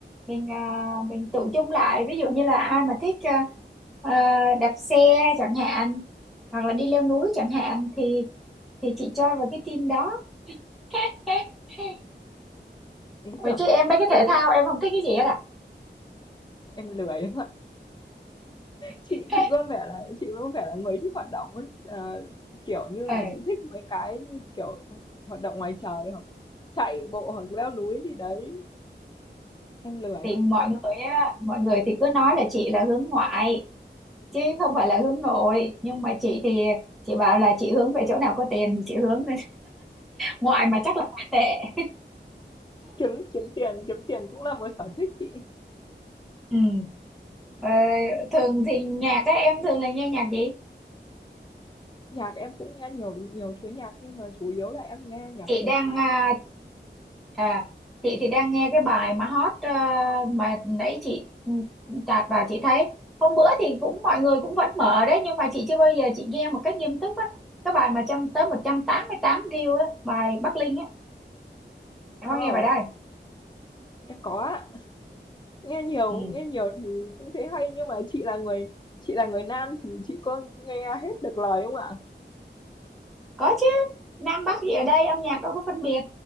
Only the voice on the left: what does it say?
ý
tưởng
cũng hay
đấy
ạ.
em lười lắm ạ Chị
chị có vẻ là chị có vẻ là người thích hoạt động ấy, ờ, kiểu như là,
chị thích mấy cái như, kiểu, hoạt động ngoài trời hoặc chạy bộ hoặc leo núi gì đấy, em lười
lắm.
Kiếm kiếm tiền kiếm tiền cũng là một sở thích chị.
Nhạc em cũng nghe nhiều nhiều thứ nhạc nhưng mà chủ yếu là em nghe nhạc
tiếng
Anh.
Ờ,
em có ạ. Nghe nhiều
nghe nhiều thì cũng thấy hay nhưng mà chị là người chị là người nam thì chị có nghe hết được lời không ạ?